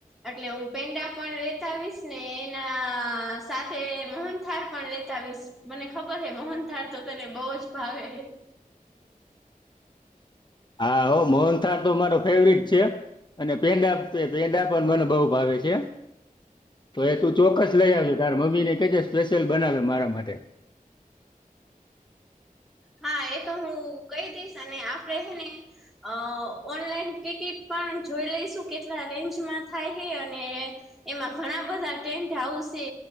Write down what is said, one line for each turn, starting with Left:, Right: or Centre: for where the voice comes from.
Centre: એટલે હું પેંડા પણ લેતા આવીશ ને એના સાથે મોહન થળ પણ લેતા આવીશ. મને ખબર હે બહન થળ તો તને બહ જ ભાવે.
Left: હા હો મોહનથા તો મારો ફેવરટ છે. અને પેંડા પેંડા પણ મને બઉુ ભાવે છે. તો એ તું ચોક્કસ લઈ આવજ તાર મમ્મી ને કે છે સ્પેશિયલ બનાવે મારા માટે.
Centre: હા એ તો હું કહી દઈશ અને આપડે હને. અ ઓનલાઈન ટિકિટ પણ જોઈ લઈશું કેટલા રેન્જમાં થાય હ અને. એમાં ઘણા બધા ટેન્ટ હાઉસ છે